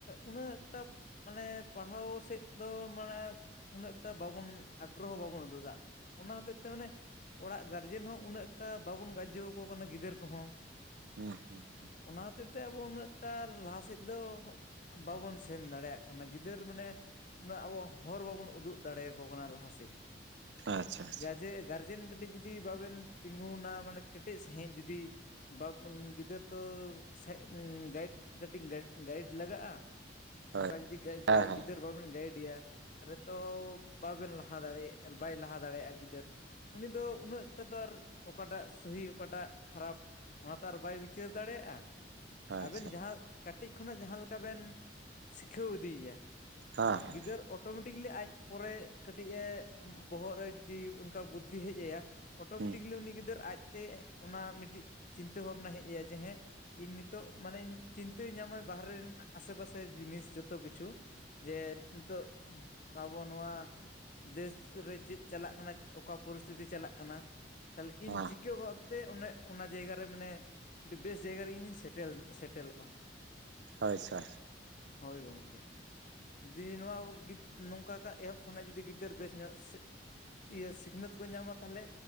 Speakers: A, on the left; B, on the right.
A: ᱩᱱᱟᱹᱜ ᱴᱟᱠ ᱢᱟᱱᱮ ᱯᱟᱲᱦᱟᱣ ᱥᱮᱫ ᱫᱚ ᱢᱟᱱᱮ ᱩᱱᱟᱹᱜ ᱴᱟ ᱵᱟᱵᱚᱱ ᱟᱜᱽᱨᱚᱦᱚ ᱵᱟᱵᱚᱱ ᱩᱫᱩᱜ ᱮᱫᱟ᱾ ᱚᱱᱟ ᱦᱟᱛᱮᱫ ᱛᱮ ᱢᱟᱱᱮ ᱚᱲᱟᱜ ᱜᱟᱨᱡᱮᱱ ᱦᱚᱸ ᱩᱱᱟᱹᱜ ᱮᱴᱟ ᱵᱟᱵᱚᱱ ᱜᱟᱡᱡᱚ ᱠᱟᱱᱟ ᱜᱤᱫᱟᱹᱨ ᱠᱚᱦᱚᱸ᱾
B: ᱦᱩᱸ ᱦᱩᱸ
A: ᱚᱱᱟ ᱦᱚᱛᱮᱛᱮ ᱟᱵᱳ ᱩᱱᱟᱹᱜᱴᱟ ᱞᱟᱦᱟ ᱥᱮᱫ ᱫᱚ ᱵᱟᱵᱚᱱ ᱥᱮᱱ ᱫᱟᱲᱮᱭᱟᱜ ᱠᱟᱱᱟ᱾ ᱜᱤᱫᱟᱹᱨ ᱢᱟᱱᱮ ᱩᱱᱟᱹᱜ ᱟᱵᱚ ᱦᱚᱨ ᱵᱟᱵᱚᱱ ᱩᱫᱩᱜ ᱫᱟᱲᱮᱭᱟᱠᱚ ᱠᱟᱱᱟ ᱞᱟᱦᱟᱥᱮᱫ᱾
B: ᱟᱪᱪᱷᱟ ᱟᱪᱪᱷᱟ᱾
A: ᱡᱮ ᱜᱟᱨᱡᱮᱱ ᱠᱟᱹᱴᱤᱡ ᱡᱩᱫᱤ ᱵᱟᱵᱮᱱ ᱛᱤᱸᱜᱩᱱᱟ, ᱢᱟᱱᱮ ᱠᱮᱴᱮᱡ ᱥᱟᱺᱦᱤᱡ ᱡᱩᱫᱤ ᱵᱟᱵᱚᱱ ᱜᱤᱫᱟᱹᱨᱟᱹ ᱛᱚ ᱥᱮ ᱜᱟᱭᱤᱰ ᱠᱟᱹᱴᱤᱡ ᱜᱟᱭᱤᱰ ᱞᱟᱜᱟᱜᱼᱟ᱾
B: ᱦᱳᱭ
A: ᱚᱱᱠᱟ ᱡᱩᱫᱤ ᱜᱟᱤ
B: ᱦᱮᱸ
A: ᱜᱟᱤ
B: ᱦᱮᱸ
A: ᱜᱤᱫᱟᱹᱨ ᱵᱟᱵᱮᱱ ᱜᱟᱭᱤᱰᱭᱟ ᱛᱟᱦᱚᱞᱮ ᱛᱚ ᱵᱟᱵᱮᱱ ᱞᱟᱦᱟ ᱫᱟᱲᱮᱭᱟᱜ ᱵᱟᱭ ᱞᱟᱦᱟ ᱫᱟᱲᱮᱭᱟᱜᱼᱟ ᱜᱤᱫᱟᱹᱨ᱾ ᱩᱱᱤ ᱫᱚ ᱩᱱᱟᱹᱜᱠᱴᱟ ᱛᱚ ᱟᱨ ᱚᱠᱟᱴᱟᱜ ᱥᱟᱹᱦᱤ ᱚᱠᱟᱴᱟᱜ ᱠᱷᱟᱨᱟᱯ ᱚᱱᱟᱛᱮ ᱟᱨ ᱵᱟᱭ ᱵᱤᱪᱟᱹᱨ ᱫᱟᱲᱮᱭᱟᱜᱼᱟ᱾
B: ᱟᱪᱪᱷᱟ
A: ᱟᱵᱮᱱ ᱡᱟᱦᱟᱸ ᱠᱟᱹᱴᱤᱡ ᱠᱷᱚᱱᱟᱜ ᱡᱟᱦᱟᱸ ᱞᱮᱠᱟ ᱵᱮᱱ ᱥᱤᱠᱷᱟᱸᱣ ᱤᱫᱤᱭᱮᱭᱟ,
B: ᱦᱮᱸ ᱦᱮᱸ
A: ᱜᱤᱫᱟᱹᱨ ᱚ ᱚᱴᱳᱢᱮᱴᱤᱠᱞᱤ ᱟᱡ ᱯᱚᱨᱮ ᱠᱟᱹᱴᱤᱡᱼᱮ ᱵᱚᱦᱚᱜ ᱨᱮ ᱡᱩᱫᱤ ᱚᱱᱠᱟ ᱵᱩᱫᱽᱫᱷᱤ ᱦᱮᱡ ᱟᱭᱟ ᱚᱴᱳᱢᱮᱴᱤᱠᱮᱞᱤ
B: ᱦᱩᱸ
A: ᱩᱱᱤ ᱜᱤᱫᱟᱹᱨ ᱟᱡᱛᱮ ᱚᱱᱟ ᱢᱤᱫᱴᱤᱡ ᱪᱤᱱᱛᱟᱹ ᱵᱷᱟᱵᱱᱟ ᱦᱮᱡ ᱟᱭᱟ ᱡᱮ ᱦᱮᱸ ᱤᱧ ᱱᱤᱛᱚᱜ ᱢᱟᱱᱮᱧ ᱪᱤᱱᱛᱟᱹ ᱧᱟᱢᱟ ᱵᱟᱦᱨᱮ ᱨᱮᱱᱟ ᱟᱥᱮ ᱯᱟᱥᱮ ᱡᱤᱱᱤᱥ ᱡᱚᱛᱚ ᱠᱤᱪᱷᱩ᱾ ᱡᱮ ᱱᱤᱛᱚᱜ ᱟᱵᱚ ᱱᱚᱣᱟ ᱫᱮᱥ ᱨᱮ ᱪᱮᱫ ᱪᱟᱞᱟᱜ ᱠᱟᱱᱟ ᱚᱠᱟ ᱯᱚᱨᱤᱥᱛᱤᱛᱤ ᱪᱟᱞᱟᱜ ᱠᱟᱱᱟ᱾ ᱛᱟᱦᱚᱞᱮ ᱤᱧ
B: ᱦᱮᱸ
A: ᱪᱤᱠᱟᱹ ᱵᱟᱯ ᱛᱮ ᱚᱱᱮ ᱚᱱᱟ ᱡᱟᱭᱜᱟ ᱨᱮ ᱢᱟᱱᱮ ᱟᱹᱰᱤ ᱵᱮᱥ ᱡᱟᱭᱜᱟ ᱨᱮ ᱤᱧᱤᱧ ᱥᱮᱴᱮᱞ ᱥᱮᱴᱮᱞᱚᱜᱼᱟ᱾
B: ᱦᱚᱭ ᱥᱮ᱾
A: ᱦᱳᱭ ᱜᱚᱝᱠᱮ, ᱡᱩᱫᱤ ᱱᱚᱣᱟ ᱠᱚ ᱜᱤ ᱱᱚᱝᱠᱟ ᱠᱷᱟᱭ ᱮᱦᱚᱵ ᱠᱷᱚᱱᱟᱜ ᱡᱩᱫᱤ ᱜᱤᱫᱟᱹᱨ ᱵᱮᱥ ᱧᱚᱜ ᱥᱮ ᱤᱭᱟᱹ ᱥᱤᱠᱷᱱᱟᱹᱛ ᱠᱚ ᱧᱟᱢᱟ ᱛᱟᱦᱚᱞᱮ